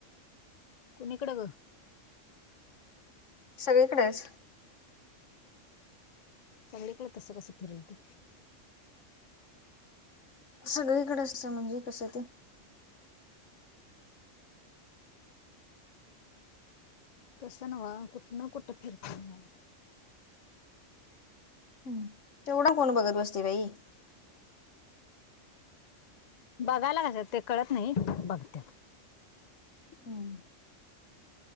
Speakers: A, on the left; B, on the left.
A: कुणीकड ग?
B: सगळी कडच.
A: चांगलीकडे तस बस फिरलते.
B: सगळीकडे असतं म्हणजे कस साठी?
A: तसं नव्ह कुठं न कुठं फिरतात.
B: हम्म तेवढा कोण बघत बसते बाई.
A: बघायला हव ते कळत नाही बघत
B: हम्म.